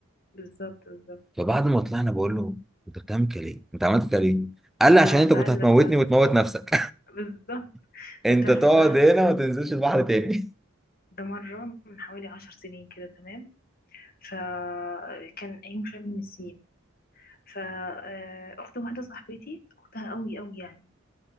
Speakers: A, on the left; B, in the centre.
A: بالظبط بالظبط
B: فبعد ما طلعنا بقول له انت بتعمل كده ليه؟ انت عملت كده ليه؟ قال لي عشان
A: اه
B: انت كنت
A: فقال
B: هتموتني
A: لك بقى
B: وتموت نفسك
A: بالظبط
B: <laughs> انت
A: طب تعرف
B: تقعد
A: بقى
B: هنا وما تنزلش البحر تاني
A: ده مرة من حوالي عشر سنين كده تمام فكان أيوم شم من النسيم فأخت واحدة صاحبتي أختها قوي قوي يعني